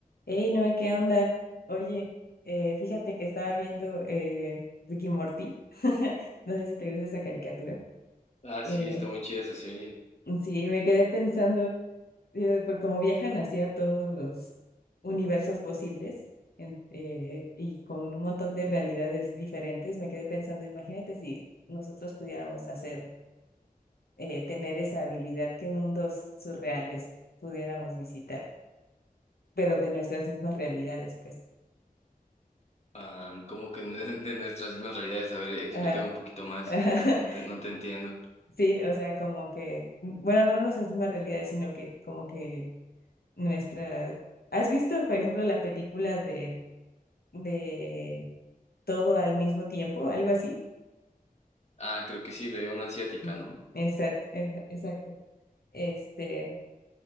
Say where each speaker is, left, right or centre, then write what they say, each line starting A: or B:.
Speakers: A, on the left; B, on the left.
A: Ey, no, ¿qué onda? Oye, eh, fíjate que estaba viendo eh, Ricky Morty. <laughs> No sé si te gusta esa caricatura.
B: Ah,
A: Eh,
B: sí, está muy chida esa serie.
A: sí, me quedé pensando, eh, por cómo viajan hacia todos los universos posibles en- eh, y con un montón de realidades diferentes, me quedé pensando, imagínate si nosotros pudiéramos hacer, eh, tener esa habilidad, qué mundos surreales pudiéramos visitar, pero de nuestras mismas realidades, pues.
B: Ah, como que de, <laughs> de nuestras mismas realidades. A ver, explícame
A: Ajá.
B: un poquito más.
A: <laughs>
B: No te, no te entiendo.
A: Sí, o sea, como que, bueno, no nuestras mismas realidades, sino que como que nuestra... ¿Has visto, por ejemplo, la película de, de Todo al mismo tiempo, algo así?
B: Ah, creo que sí, de una asiática,
A: Mm,
B: ¿no?
A: exact- exa- exacto. Este,